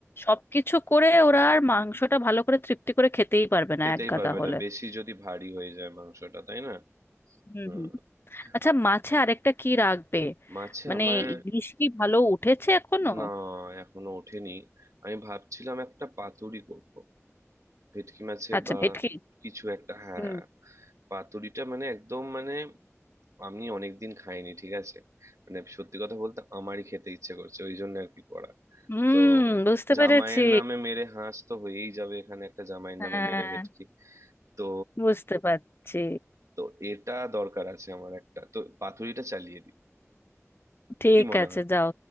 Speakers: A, on the left; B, on the right.
A: সবকিছু করে ওরা আর মাংসটা ভালো করে তৃপ্তি করে খেতেই পারবে
B: খেতেই
A: না এক গাদা
B: পারবে
A: হলে
B: না বেশি যদি ভারী হয়ে যায় মাংসটা তাই না
A: হুম
B: হুম
A: হুম আচ্ছা
B: আ-
A: মাছে আরেকটা কি রাখবে
B: মাছে
A: মানে
B: আমার
A: ইলিশ কি ভালো উঠেছে এখনো
B: না এখনো ওঠেনি আমি ভাবছিলাম একটা পাতুরি করব ভেটকি মাছের
A: আচ্ছা
B: বা
A: ভেটকি
B: কিছু একটা হ্যাঁ
A: হুম
B: পাতুরিটা মানে একদম মানে আমি অনেকদিন খাইনি ঠিক আছে মানে সত্যি কথা বলতে আমারই খেতে ইচ্ছে করছে ওই জন্য আর কি করা
A: হুম
B: তো
A: বুঝতে
B: জামাইয়ের
A: পেরেছি
B: নামে মেরে হাঁস তো হয়েই যাবে এখানে একটা জামাইয়ের
A: হ্যাঁ
B: নামে মেরে ভেটকি তো
A: বুঝতে পারছি
B: তো এটা দরকার আছে আমার একটা তো পাতুরিটা চালিয়ে দিই
A: ঠিক
B: কি মনে
A: আছে
B: হয়
A: যাও